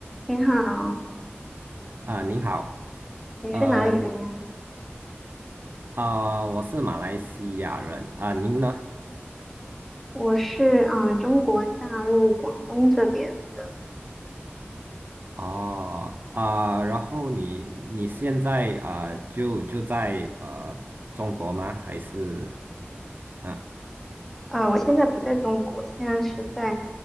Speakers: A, in the centre; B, on the right.
A: 你好，
B: 啊、您好，
A: 你是哪里人呀？
B: 呃啊，我是马来西亚人啊、您呢？
A: 我是嗯、呃中国大陆广东这边的。
B: 哦啊、然后你你现在啊、就就在呃中国吗？还是嗯、
A: 呃，我现在不在中国，现在是在